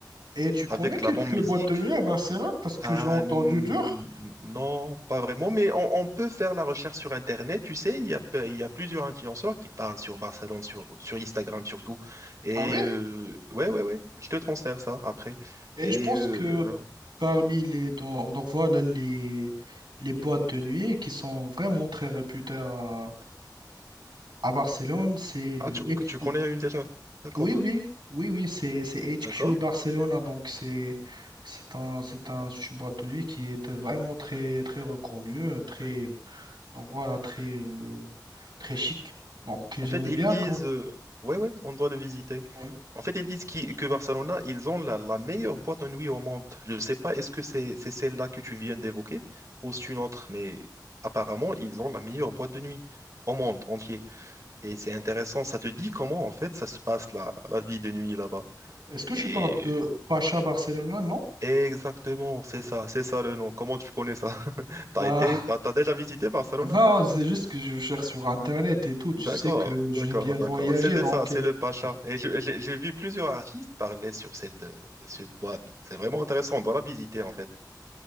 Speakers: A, on the right (about 90°); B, on the right (about 45°).
A: Et tu connais
B: avec
A: quelques
B: de la bonne musique.
A: boîtes de nuit à Barcelone parce que
B: Ah,
A: j'ai entendu
B: n-
A: dur.
B: non, pas vraiment, mais on, on peut faire la recherche sur Internet. Tu sais, il y a, pe- il y a plusieurs influenceurs qui parlent sur Barcelone, sur, sur Instagram surtout. Et
A: Ah oui?
B: euh, ouais, ouais, ouais, je te transfère ça après.
A: Et
B: Et
A: je pense
B: euh,
A: que parmi les donc, donc voilà les les boîtes de nuit qui sont vraiment très réputées à, à Barcelone, c'est le
B: ah, tu,
A: H-
B: tu connais une déjà? D'accord,
A: oui oui oui oui c'est c'est HQ
B: d'accord.
A: Barcelona donc c'est c'est un c'est un c'est une boîte de nuit qui est vraiment très très reconnue, très Donc voilà, très, euh, très chic. Donc j'aimerais
B: En fait, ils
A: bien
B: disent,
A: quand.
B: euh, ouais, ouais, on doit le visiter.
A: Oui.
B: En fait, ils disent qui- que Barcelona, ils ont la, la meilleure boîte de nuit au monde. Je ne sais pas, est-ce que c'est c'est celle-là que tu viens d'évoquer ou c'est une autre, mais apparemment, ils ont la meilleure boîte de nuit au monde entier. Et c'est intéressant, ça te dit comment, en fait, ça se passe, la, la vie de nuit là-bas.
A: Est-ce que
B: Et
A: tu parles de Pacha Barcelona? Non?
B: exactement, c'est ça, c'est ça le nom. Comment tu connais ça? <laughs> T'as
A: Bah,
B: été, t'as, t'as déjà visité
A: <laughs>
B: Barcelona,
A: non,
B: toi, ou quoi?
A: c'est juste que je cherche sur Internet et tout. Tu
B: D'accord,
A: sais que
B: d'accord,
A: j'aime bien
B: d'accord.
A: voyager,
B: C'était
A: donc
B: ça, c'est le Pacha. Et je- j'ai j'ai vu plusieurs artistes parler sur cette, euh, cette boîte. C'est vraiment intéressant, on doit la visiter en fait.